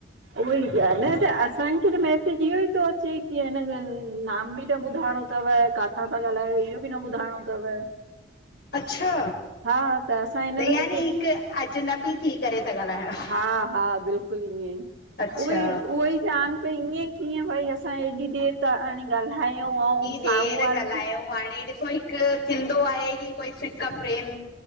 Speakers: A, on the right; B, on the left.
A: उह ई ॻाल्ह आहे न असांखे त मैसेज इहो ई थो अचे की हिन नाम बि न ॿुधाइणो अथव काथां था ॻाल्हायो इहो बि न ॿुधाइणो अथव
B: अच्छा।
A: हा त असां हिन
B: त
A: लाइ
B: यानी
A: कंहिंखे
B: हिक अजनबी थी करे ता ॻाल्हायां।
A: हा हा बिल्कुलु ईएंं ई।
B: अच्छा
A: उहे ई उहे ई चवानि पई ईअं कीअं भई असां हेॾी देर ता हाणे ॻाल्हायूं ऐं
B: केर
A: साम्हूं वारे
B: ॻाल्हाए?
A: खे
B: हाणे ॾिसो हिकु थींदो आहे की कोई सिक प्रेम